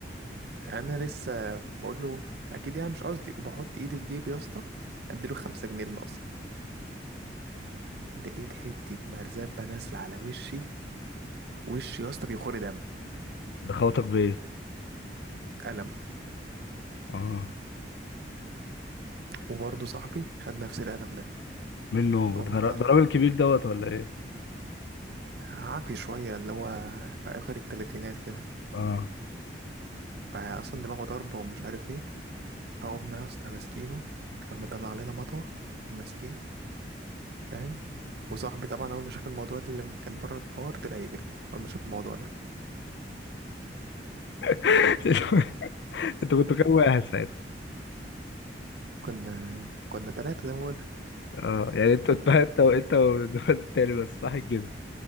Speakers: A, on the right (about 60°); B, on the left (about 70°).
A: فانا لسه بقول له اكيد يعني مش قصدي وبحط ايدي في جيبي يا اسطى اديله خمسة جنيه اللي ناقصه لقيت حته مرزبه نازله على وشي وشي يا اسطى بيخور دم
B: ده خوتك بايه
A: قلم
B: اه
A: وبرضه صاحبي خد نفس القلم ده
B: منه
A: قمنا
B: ده
A: طالع
B: را- ده راجل كبير دوت ولا ايه
A: عافي شوية اللي هو في آخر التلاتينات كده
B: اه
A: فأصلا دماغه ضربة ومش عارف ايه فقمنا يا اسطى ماسكينه قام مطلع علينا مطوة قام ماسكينه فاهم وصاحبي طبعا أول ما شاف الموضوع ده اللي كان بره الحوار طلع يجري أول ما شاف الموضوع ده
B: <laughs> انت كنت كام واحد ساعتها
A: كنا كنا تلاتة زي ما بقولك
B: اه يعني انت <laughs> انت انت وانت والواد التاني بس صح كده